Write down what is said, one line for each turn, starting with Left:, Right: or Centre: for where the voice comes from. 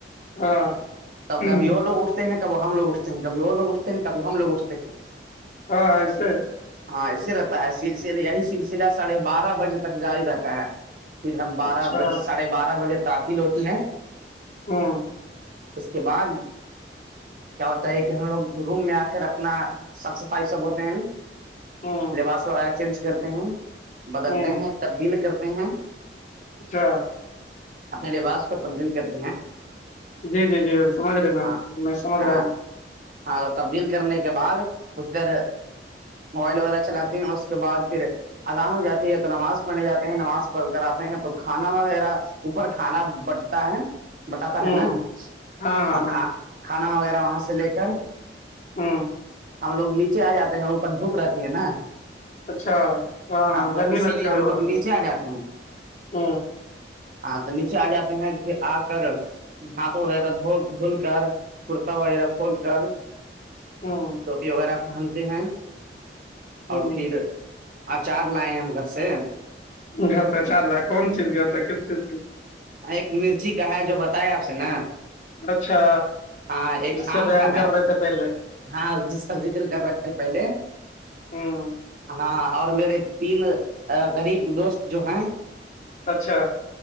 Left: ہاں
Right: تو
Left: ہوں،
Right: کبھی وہ لوگ اٹھتے ہیں کب ہم لوگ اٹھتے ہیں کبھی وہ لوگ اٹھتے ہیں کبھی ہم لوگ اٹھتے ہیں
Left: ہاں آ سر
Right: ہاں اسے رہتا ہے س یہی سلسلہ ساڑھے بارہ بجے تک جاری رہتا ہے پھر ہم بارہ
Left: اچھا
Right: بج ساڑھے بارہ بجے تعطیل ہوتی ہے
Left: ہاں
Right: اس کے بعد کیا ہوتا ہے کہ ہم لوگ روم میں آ کر اپنا صاف صفائی سب ہوتے ہیں
Left: ہوں
Right: لباس آیا چینج کرتے ہیں بدلتے
Left: ہوں
Right: ہیں تبدیل کرتے ہیں
Left: اچھا
Right: اپنے لباس کو تبدیل کر کے
Left: جی جی جی سمجھ رہے میں
Right: ہاں
Left: میں سمجھ
Right: ہاں
Left: رہا ہوں
Right: ہاں تو تبدیل کرنے کے بعد اس پھر موبائل وغیرہ چلاتے ہیں اور اس کے بعد پھر اذان ہو جاتی ہے تو نماز پڑھنے جاتے ہیں نماز پڑھ کر آتے ہیں تو کھانا وغیرہ اوپر کھانا بٹتا ہے بٹاتا
Left: ہ
Right: ہے نا
Left: ہاں ہاں
Right: اور
Left: ہاں
Right: کھانا وغیرہ وہاں سے لے کر
Left: ہاں
Right: ہم لو نیچے آ جاتے ہیں اوپر جھوپ رہتی ہے نا
Left: اچھا ہاں ہاں
Right: تو
Left: گرمی
Right: اسی
Left: لگتی
Right: لیے
Left: ہوئے
Right: ہم
Left: بت
Right: لوگ
Left: زدہ
Right: نیچے آ جاتے ہیں
Left: ہ
Right: ہاں تو نیچے آ جاتے ہیں پھر آ کر ہات وغیرہ دول دھول کر کورتا وغیرہ کھول کر
Left: ہاں
Right: ٹوپی وغیرہ پہنتے ہیں
Left: ہوں
Right: اور پھر اچار لائے ہیں ہم گھر سے
Left: گھر سےچار رہ ل کون چیز کی کس چیز کی
Right: ایک مرچی کا ہے جو بتایا آپ سے نا
Left: اچھا
Right: ہاں ایک
Left: جس سے
Right: آم
Left: بیان
Right: کا
Left: کر
Right: ہے
Left: رہے تھے پہلے
Right: ہاں جس کا دکری کر رہے پہلے
Left: ہاں
Right: ہاں اور میرے تین غریب دوست جو ہیں
Left: اچھا